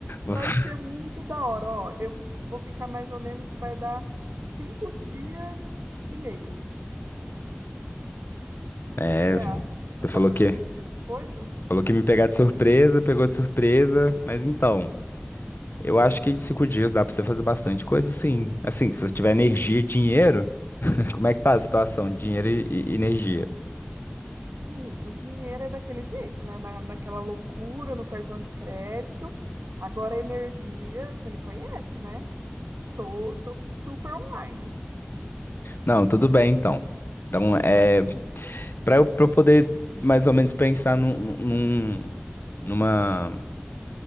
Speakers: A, on the left; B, on the right.
A: <laughs>
B: Vai ser muito da hora, ó. Eu vou ficar mais ou menos, vai dar cinco dias e meio.
A: é,
B: que que você acha?
A: você falou
B: Dá para
A: que
B: fazer bastante coisa?
A: falou que me pegar de surpresa, pegou de surpresa, mas então, eu acho que em cinco dias dá pra você fazer bastante coisa, sim. Assim, se você tiver energia e dinheiro, <laughs> como é que tá a situação? Dinheiro e e energia?
B: Amigo, dinheiro é daquele jeito, né? Na, naquela loucura no cartão de crédito. Agora energia, você me conhece, né? Tô, tô super online.
A: Não, tudo bem então. Então, é para eu, pra eu poder mais ou menos pensar num, num, numa,